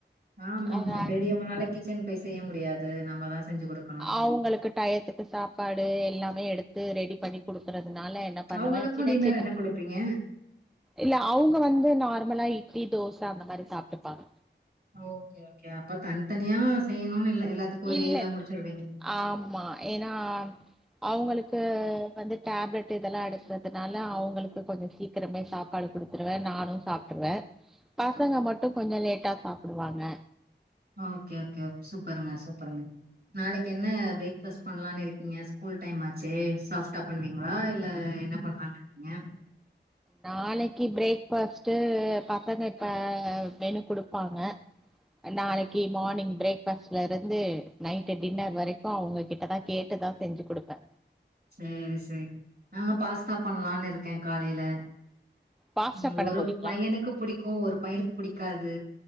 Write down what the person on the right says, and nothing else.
ஆமா
ஆமா பெரியவங்கனால கிச்சன் போய் செய்ய முடியாது நம்ம தா செஞ்சு குடுக்கணு
அவங்களுக்கு
டின்னர்
என்ன குடுப்பீங்க
ஓகே ஓகே அப்ப தனித்தனியா செய்யணுன்னு இல்ல எல்லாத்துக்கு ஒரே
இதா
முடிச்சிருவீங்க
ஓகே ஓகே சூப்பருங்க சூப்பருங்க நாளைக்கு என்ன பிரேக் பாஸ்ட் பண்ணலான்னு இருக்கீங்க ஸ்கூல் டைம் ஆச்சே பாஸ்ட்டா பண்ணுவீங்களா இல்ல என்ன பண்ணலா இருக்கீங்க
ம் சேரி நா பாஸ்தா பண்ணலான் இருக்கே காலையில
ம்
ஒரு
பையனுக்கு புடிக்கூ ஒரு பையனுக்கு புடிக்காது